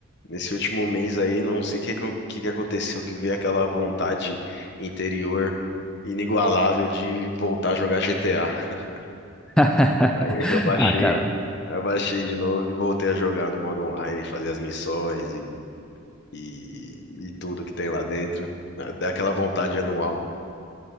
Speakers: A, on the left (about 55°); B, in the centre.
A: nesse último mês aí, não sei o que, acon- que que aconteceu, que veio aquela vontade interior inigualável de voltar a jogar GTA. <laughs>
B: <laughs>
A: Aí eu baixei,
B: Ah, cara.
A: eu baixei de novo e voltei a jogar no modo online, fazer as missões e, e, e tudo que tem lá dentro. Dá dá aquela vontade anual.